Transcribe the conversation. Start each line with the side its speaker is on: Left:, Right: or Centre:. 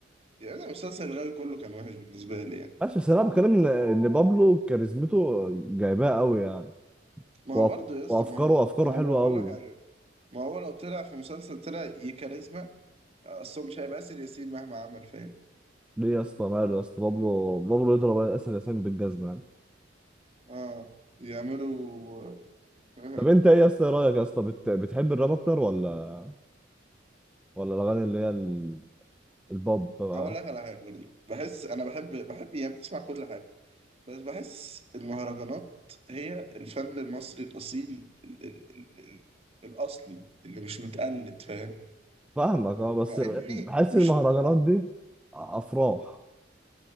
Right: يعني أنا مسلسل الغاوي كله كان وحش بالنسبة لي يعني
Centre: ماشي بس انا بتكلم ان ان بابلو كاريزمته جايباه قوي يعني
Right: ما
Centre: وأف...
Right: هو برضه يا اسطى
Centre: وافكاره
Right: ما هو
Centre: افكاره
Right: ما
Centre: حلوه
Right: هو بقول
Centre: قوي
Right: لك حاجة ما هو لو طلع في مسلسل طلع يكاريزما أصله مش هيبقى آسر ياسين مهما عمل فاهم
Centre: ليه يا اسطى ماله يا اسطى بابلو بابلو يضرب اسر ياسين بالجزمه يعني
Right: اه يعملوا <laughs>
Centre: طب انت ايه يا اسطى إيه رايك يا اسطى بت... بتحب الراب اكتر ولا ولا الاغاني اللي هي ال... البوب بقى
Right: هقول لك على حاجة برضه بحس أنا بحب بحب يعني بسمع كل حاجة بس بحس المهرجانات هي الفن المصري الأصيل ال ال ال ال الأصلي اللي مش متقلد فاهم
Centre: فاهمك اه بس
Right: مع إني
Centre: بحس
Right: مش
Centre: المهرجانات دي افراح